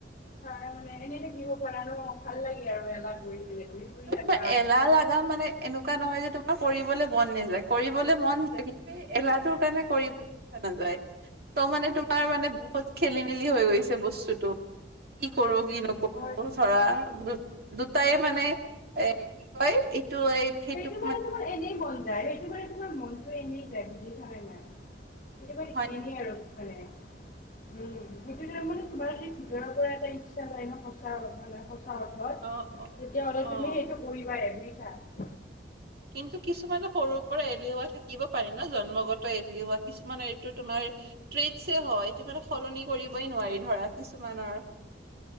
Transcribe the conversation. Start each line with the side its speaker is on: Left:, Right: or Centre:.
Left: তৰমানে এনে থাকিব পৰা ন, ভাল লাগে আৰু এলাহ কৰি। পিনে তুমি
Right: কিন্তু
Left: শুই থাকা
Right: তোমাৰ এলাহ লাগা মানে এনেকু কুৱা নহয় যে তোমাৰ কৰিবলৈ মন নাযায়, কৰিবলৈ মন যায় <unintelligible> এলাহটোৰ কাৰণে কৰিব ইচ্ছা নাযায়। হয়। ত মানে তোমাৰ মানে বহুত খেলি-মেলি হৈ গৈছে বস্তুটো। কি কৰো, কি নকৰো?
Left: হয়
Right: ধৰা দু-দুটাই মানে এ কি কয় এই সেইটোক
Left: সেইটো মানে তোমাৰ এনেই মন যায়। সেইটো মানে তোমাৰ মনতটো এনেই যায় বুজিছানে নাই? কেতিয়াবা
Right: হয়
Left: এনেই
Right: নেকি?
Left: আৰু মানে। উম, সেইটো তাৰমানে তোমাৰ সেই ভিতৰৰ পৰা এটা ইচ্ছা যায় ন, সঁচা মানে চা অৰ্থত,
Right: অ', অ',
Left: তেতিয়াহ'লে
Right: অ'।
Left: তুমি সেইটো কৰিবায়ে বুজিছা?
Right: কিন্তু কিছুমানে সৰু পৰায়ে এলেহুৱা থাকিব পাৰি ন, জন্মগত এলেহুৱা কিছুমান এইটো তোমাৰ ট্ৰেডছৈ হয়, এইটো মানে সলনি কৰিবই নোৱাৰি ধৰা কিছুমানৰ।